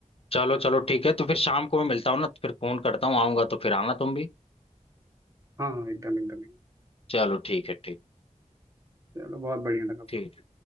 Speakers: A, on the left; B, on the right.
A: चलो चलो ठीक है तो फिर शाम को मैं मिलता हूँ ना तो फिर फोन करता हूँ आऊंगा तो फिर आना तुम भी
B: हाँ हाँ एकदम एकदम एकदम
A: चलो ठीक है ठीक
B: चलो बहुत बढ़िया लगा
A: ठीक